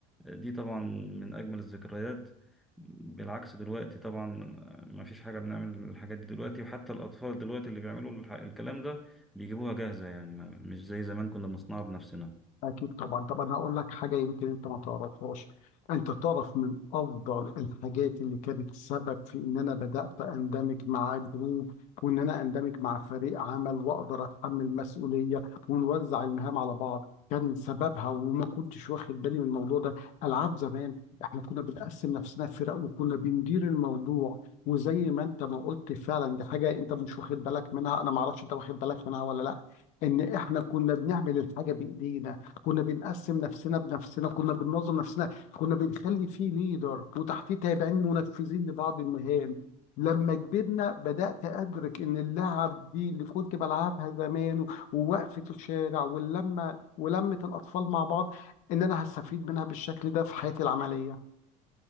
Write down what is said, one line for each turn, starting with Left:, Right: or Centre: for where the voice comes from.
Centre: آه، دي طبعا من اجمل الذكريات بالعكس دلوقتي طبعا آه، ما فيش حاجة بنعمل الحاجات دي دلوقتي وحتى الأطفال دلوقتي اللي بيعملوا الح- الكلام ده بيجيبوها جاهزة يعني ما- مش زي زمان كنا بنصنعها بنفسنا
Left: أكيد طبعا طب أنا هقول لك حاجة يمكن أنت ما تعرفهاش أنت تعرف من أفضل الحاجات اللي كانت سبب في إن أنا بدأت أندمج مع جروب وإن أنا أندمج مع فريق عمل وأقدر أتحمل مسؤولية ونوزع المهام على بعض كان سببها وما كنتش واخد بالي من الموضوع ده ألعاب زمان إحنا كنا بنقسم نفسنا فرق وكنا بندير الموضوع وزي ما أنت ما قلت فعلا دي حاجة أنت مش واخد بالك منها أنا ما أعرفش أنت واخد بالك منها ولا لأ إن إحنا كنا بنعمل الحاجة بإيدينا كنا بنقسم نفسنا بنفسنا كنا بننظم نفسنا كنا بنخلي فيه ليدر وتحتيه تابعين منفذين لبعض المهام لما كبرنا بدأت أدرك إن اللعب دي اللي كنت بلعبها زمان ووقفة الشارع واللمة ولمة الأطفال مع بعض إن أنا هستفيد منها بالشكل ده في حياتي العملية